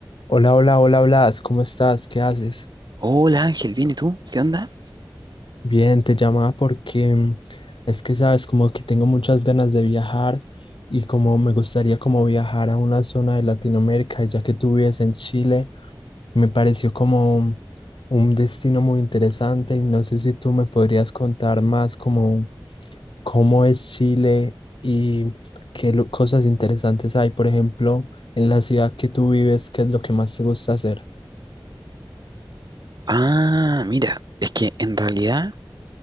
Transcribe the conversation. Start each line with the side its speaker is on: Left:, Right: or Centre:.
Left: Hola, hola, hola, Blas, ¿cómo estás? ¿Qué haces?
Right: Hola Ángel, ¿bien y tú? ¿Qué onda?
Left: Bien, te llamaba porque mm, es que sabes, como que tengo muchas ganas de viajar y como me gustaría como viajar a una zona de Latinoamérica, ya que tú vives en Chile, me pareció como mm, un destino muy interesante y no sé si tú me podrías contar más como cómo es Chile y qué lo- cosas interesantes hay, por ejemplo, en la ciudad que tú vives, ¿qué es lo que más te gusta hacer?
Right: Ah, mira, es que en realidad